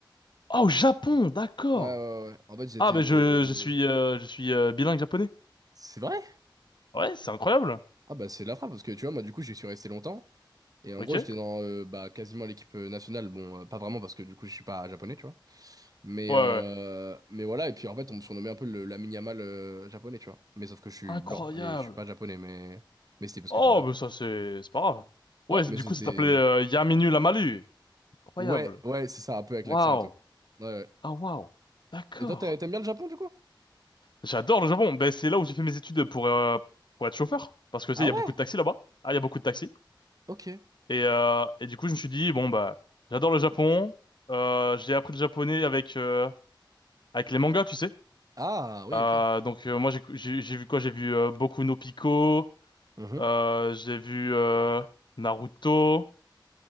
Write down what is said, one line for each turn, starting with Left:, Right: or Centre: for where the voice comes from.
Left: Ah, au Japon, d'accord.
Right: Ouais, ouais, ouais. ouais. En fait, j'étais
Left: Ah, mais
Right: le.
Left: je, je suis, euh, je suis euh, bilingue japonais.
Right: C'est vrai?
Left: Ouais, c'est incroyable.
Right: Ah bah c'est de la frappe parce que tu vois moi du coup j'y suis resté longtemps et en
Left: Ok.
Right: gros j'étais dans euh, bah quasiment l'équipe euh, nationale bon euh, pas vraiment parce que du coup je suis pas japonais tu vois mais
Left: Ouais, ouais.
Right: euh, mais voilà et puis en fait on me surnommait un peu le, la mini-amal japonais tu vois mais sauf que je suis
Left: Incroyable.
Right: blanc et je suis pas japonais mais mais c'était parce
Left: Oh,
Right: que j'étais au Japon
Left: mais ça, c'est, c'est pas grave. Ouais,
Right: ouais
Left: c'est-
Right: mais
Left: du
Right: c'était
Left: coup, ça s'appelait euh, Yaminu Lamalu. Incroyable.
Right: ouais ouais c'est ça un peu avec
Left: Waouh.
Right: l'accent et tout ouais, ouais.
Left: Ah, waouh. D'accord.
Right: et toi t'a- t'aimes bien le Japon du coup
Left: J'adore le Japon. Ben, c'est là où j'ai fait mes études pour, euh, pour être chauffeur. Parce que, tu
Right: ah
Left: sais, il y
Right: ouais
Left: a beaucoup de taxis là-bas. Ah, il y a beaucoup de taxis.
Right: ok
Left: Et, euh, et du coup, je me suis dit, bon, bah, j'adore le Japon. Euh, j'ai appris le japonais avec, euh, avec les mangas, tu sais.
Right: ah oui
Left: Euh,
Right: ok
Left: donc euh, moi j'ai j'ai j'ai vu quoi? J'ai vu euh, Boku no Pico,
Right: Mhm.
Left: euh, j'ai vu euh, Naruto,